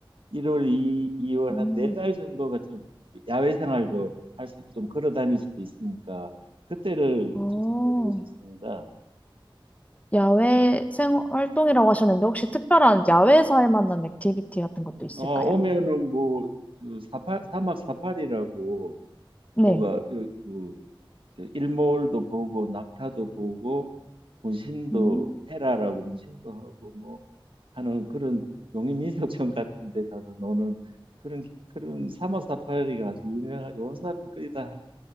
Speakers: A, on the right (about 75°); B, on the left (about 15°).
A: 1월, 2, 월
B: 음,
A: 한 네 달 정도가 좀 야외 생활도 할 수 있고 좀 걸어 다닐 수도 있으니까 그때를
B: 어,
A: 추천드리고 싶습니다.
B: 야외 생 활동이라고 하셨는데, 혹시 특별한 야외에서 할 만한 액티비티 같은 것도 있을까요?
A: 어, 오면은 뭐, 그 사파, 사막 사파리라고
B: 네.
A: 뭐가 그, 그저 일몰도 보고 낙타도 보고 문신도
B: 음,
A: 테라라고 문신도 하고 뭐 하는 그런 용인민속촌 같은 데 가서 노는 그런 그런 사막 사파리가 아주 유명하죠. 온 사람들이 거의 다